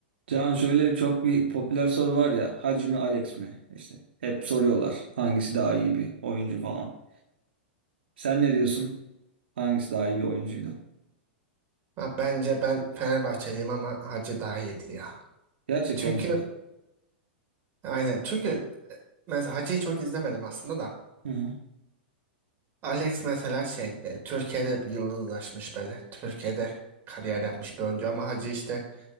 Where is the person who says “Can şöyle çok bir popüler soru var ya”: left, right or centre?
Right